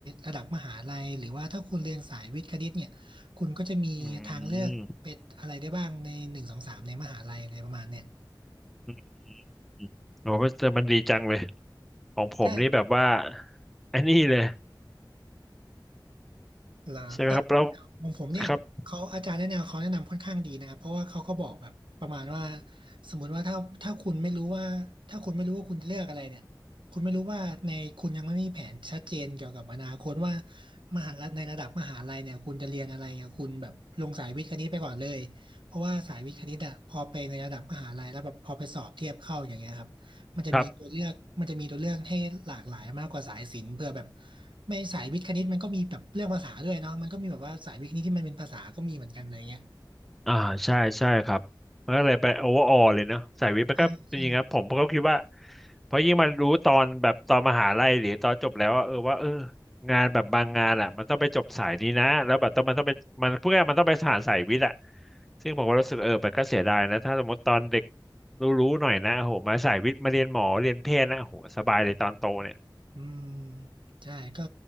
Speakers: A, on the right (about 80°); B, in the centre.
A: ระดับมหาลัยหรือว่าถ้าคุณเรียนสายวิทย์คณิตเนี่ย คุณก็จะมีทางเลือกเป็นอะไรได้บ้างในหนึ่งสองสามในมหาลัยอะไรประมาณเนี่ย
B: อืมอืมโอ้แต่มันดีจังเลยของผมนี่แบบว่า
A: ใช่
B: ไอ้นี่เลย
A: เหรอแต่
B: ใช่ไหมครับแล้ว
A: ของผมเนี่ยเขาอาจารย์แนะแนวเขาแนะนำค่อนข้างดีนะครับเพราะว่าเขาก็บอกแบบประมาณว่า
B: ครับ
A: สมมติว่าถ้าถ้าคุณไม่รู้ว่าถ้าคุณไม่รู้ว่าคุณจะเลือกอะไรเนี่ยคุณไม่รู้ว่าในคุณยังไม่มีแผนชัดเจนเกี่ยวกับอนาคตว่ามหาลัยในระดับมหาลัยเนี่ยคุณจะเรียนอะไรเนี่ยคุณแบบลงสายวิทย์คณิตไปก่อนเลยเพราะว่าสายวิทย์คณิตอะพอไปในระดับมหาลัยแล้วแบบพอไปสอบเทียบเข้าอย่างเงี้ยครับ มันจะมีตัวเลือกมันจะมีตัวเลือกให้หลากหลายมากกว่าสายศิลป์เพื่อแบบ
B: ครับ
A: ไม่สายวิทย์คณิตมันก็มีแบบเรื่องภาษาด้วยเนาะมันก็มีแบบว่าสายวิทย์คณิตที่มันเป็นภาษาก็มีเหมือนกันอะไรเงี้ย
B: อ่าใช่ใช่ครับมันก็เลยไปโอเวอร์ออลเลยเนาะสายวิทย์มันก็จริงๆนะผมก็คิดว่า
A: ใช่ใช่
B: เพราะยิ่งมารู้ตอนแบบตอนมหาลัยหรือตอนจบแล้วว่าเออว่าเอองานแบบบางงานอ่ะมันต้องไปจบสายนี้นะแล้วแบบต้องมันต้องไปมันพวกนี้มันต้องไปสานสายวิทย์อ่ะซึ่งผมก็รู้สึกเออมันก็เสียดายนะถ้าสมมติตอนเด็กรู้ๆหน่อยนะโอ้โหมาสายวิทย์มาเรียนหมอเรียนแพทย์นะโอ้โหสบายเลยตอนโตเนี่ย
A: อืมใช่ก็